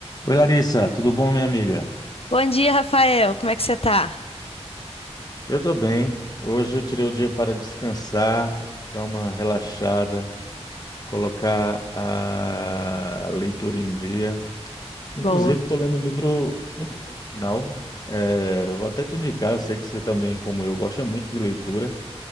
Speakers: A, on the left (about 35°); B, on the left (about 60°).
A: Oi, Larissa, tudo bom, minha amiga?
B: Bom dia, Rafael. Como é que você tá?
A: Eu tô bem. Hoje eu tirei o dia para descansar, dar uma relaxada, colocar a leitura em dia. Inclusive,
B: Boa.
A: estou lendo um livro muito bom, por sinal. É, eu vou até te indicar, eu sei que você também, como eu, gosta muito de leitura.